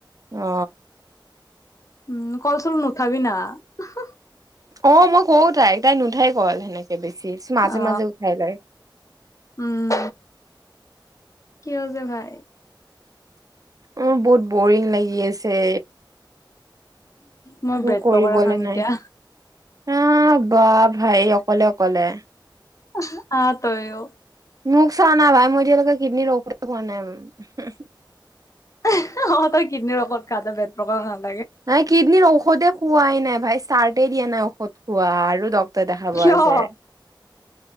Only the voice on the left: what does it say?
উম কলচল নুথাবি না, উমহো।
অ
উম কিয় যে ভাই।
মই
ব্ৰেড
পকৰা খাম
এতিয়া
আ-হা, আহ তইও।
আহ-হা অ, তই কিডনিৰ ঔষধ খাই তই বেডপক <inaudible>
কিয় অ